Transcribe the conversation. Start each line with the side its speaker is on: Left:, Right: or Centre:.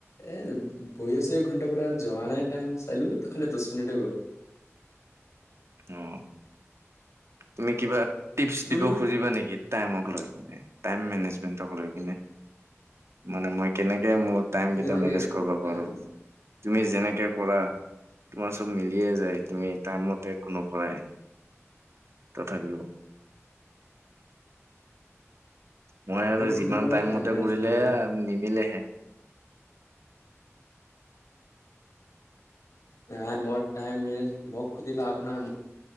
Left: এ বহি আছো এক ঘন্টাৰ পৰা যোৱা নাই টাইম চালো, খালি দহ মিনিটেই গ'ল।
Right: অ' তুমি কিবা টিপছ
Left: তুমি
Right: দিব খুজিবা নেকি টাইমক লৈ টাইম মেনেজমেন্টক লৈ কিনে মানে মই কেনেকে মোৰ টাইম
Left: খুদিব
Right: কেইটা
Left: নালাগে
Right: মেনেজ কৰিব
Left: টাইম
Right: পাৰো। তুমি যেনেকে কৰা তোমাৰ চব মিলিয়ে যায় তুমি টাইমত। একো নকৰাই তথাপিও মই আৰু
Left: মোক খুদিব
Right: যিমান
Left: নালাগে
Right: টাইম মতে
Left: মেনেজমেণ্ট
Right: কৰিলে
Left: মই
Right: নিমিলেহে।
Left: নাই মোৰ টাইম মেনেজ মোক সুধি লাভ নাই মোৰ